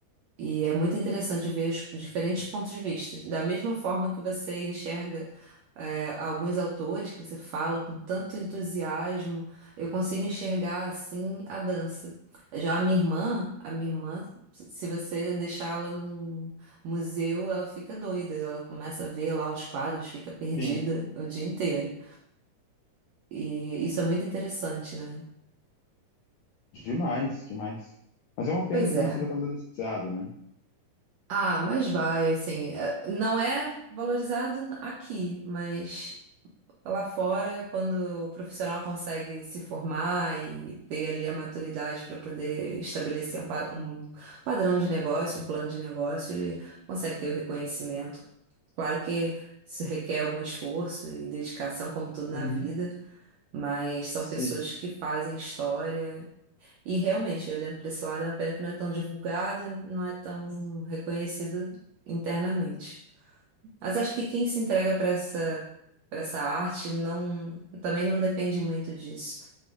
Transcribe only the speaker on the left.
Sim.
Demais, demais. Mas é uma pena
que
não seja valorizado, né?
Uhum.
Sim.